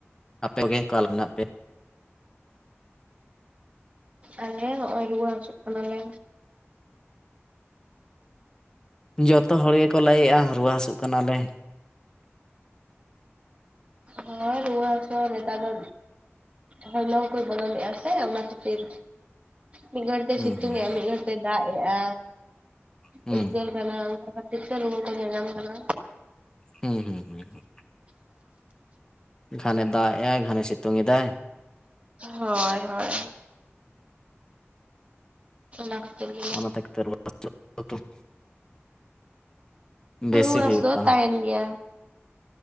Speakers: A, on the left; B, on the right.
A: ᱟᱯᱮ ᱜᱮ ᱚᱠᱟᱞ ᱢᱮᱱᱟᱜ ᱯᱮᱭᱟ
B: ᱟᱞᱮ ᱦᱚᱸᱜ-ᱚᱭ ᱨᱩ ᱨᱩᱣᱟᱹ ᱦᱟᱹᱥᱩᱜ ᱠᱟᱱᱟᱞᱮ
A: ᱡᱚᱛᱚ ᱦᱚᱲ ᱜᱮᱠᱚ ᱞᱟᱹᱭᱮᱜᱼᱟ ᱨᱩᱣᱟᱹ ᱦᱟᱹᱥᱩᱜ ᱠᱟᱱᱟᱞᱮ
B: ᱦᱮᱹ ᱨᱩᱣᱟᱹ ᱦᱟᱥᱩ ᱦᱚᱸ ᱱᱮᱛᱟᱨ ᱫᱚ ᱦᱚᱭ ᱞᱚᱝ ᱠᱚᱭ ᱵᱚᱫᱚᱞᱮᱜᱼᱟ ᱥᱮ ᱚᱱᱟ ᱠᱷᱟᱹᱛᱤᱨ, ᱢᱤᱫ ᱜᱷᱟᱹᱲᱤᱡ ᱛᱮ
A: ᱦᱩᱸ
B: ᱥᱤᱛᱩᱝ
A: ᱦᱩᱸ
B: ᱮᱜᱼᱟ ᱢᱤᱫ ᱜᱷᱟᱹᱲᱤᱡ ᱫᱟᱜ ᱮᱼᱟ
A: ᱦᱩᱸ
B: ᱩᱫᱜᱟᱹᱨ ᱠᱟᱱᱟ, ᱚᱱᱠᱟ ᱠᱷᱟᱹᱛᱤᱨ ᱛᱮ ᱨᱩᱣᱟᱹ ᱠᱚ ᱧᱟᱧᱟᱢ ᱠᱟᱱᱟ᱾
A: ᱦᱩᱸ ᱦᱩᱸ ᱦᱩᱸ ᱦᱩᱸ ᱜᱷᱟᱱᱮ ᱫᱟᱜ ᱮᱜ-ᱟᱭ ᱜᱷᱟᱱᱮ ᱥᱤᱛᱩᱝ ᱮᱫᱟᱭ
B: ᱦᱳᱭ ᱦᱳᱭ <unintelligible>
A: ᱚᱱᱟᱛᱮᱜᱮᱛᱚ <inaudible> ᱵᱮᱥᱤ
B: ᱨᱩᱣᱟᱹ
A: ᱦᱩᱭᱩᱜ
B: ᱦᱟᱥᱩ ᱦᱚᱸ
A: ᱠᱟᱱᱟ
B: ᱛᱟᱦᱮᱱ ᱜᱮᱭᱟ